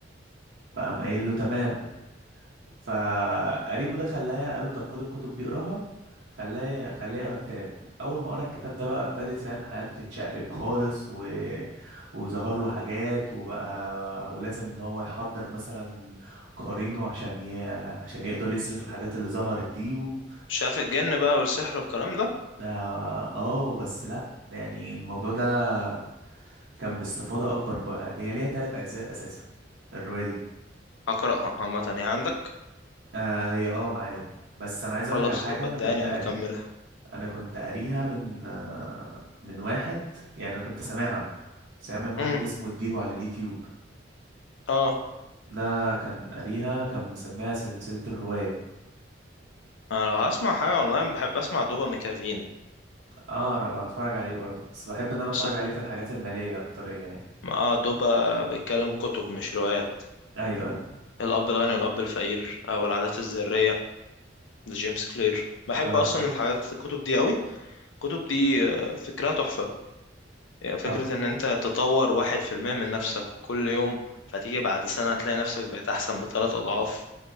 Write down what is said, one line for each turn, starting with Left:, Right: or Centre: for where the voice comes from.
Right: فقام قايل له تمام فقريبه ده خلاه قال له طب خد الكتب دي اقراها خلاه خلاه يقرا كتاب اول ما قرا الكتاب ده بقى ابتدت فاهم حياته تتشقلب خالص و... وظهر له حاجات وبقى ولازم ان هو يحضر مثلا قرينه عشان ي... عشان يقدر يصرف الحاجات اللي ظهرت دي و...
Left: شاف الجن بقى والسحر والكلام ده
Right: اه آه، بس لا يعني الموضوع ده كان باستفاضة اكبر بقى هي ليها ثلاث اجزاء اساسا الرواية دي
Left: هقرأها عامة هي عندك
Right: آه هي اه معايا بس انا عايز
Left: خلاص
Right: اقولك على حاجة
Left: طب
Right: انا
Left: اداني
Right: كنت قاري
Left: هكملها
Right: انا كنت قاريها من آه، من واحد يعني انا كنت سامعها سامع من واحد
Left: امم
Right: اسمه الديبو على اليوتيوب
Left: اه
Right: ده كان قاريها كان مسميها سلسلة الرواية
Left: انا لو هسمع حاجة اونلاين بحب اسمع دوبا ميكافين
Right: اه انا بتفرج عليه برضه بس بحب ان انا اتفرج
Left: بس
Right: عليه في الحاجات المالية اكترية يعني
Left: اه دوبا بيتكلم كتب مش روايات
Right: ايوه ايوه
Left: الأب الغني والأب الفقير أو العادات الذرية لجيمس كلير بحب
Right: اه
Left: أصلا الحاجات الكتب دي قوي الكتب دي آه، فكرها تحفة يعني فكرة
Right: طب
Left: إن أنت تطور واحد في المية من نفسك كل يوم فتيجي بعد سنة هتلاقي نفسك بقيت أحسن بثلاث أضعاف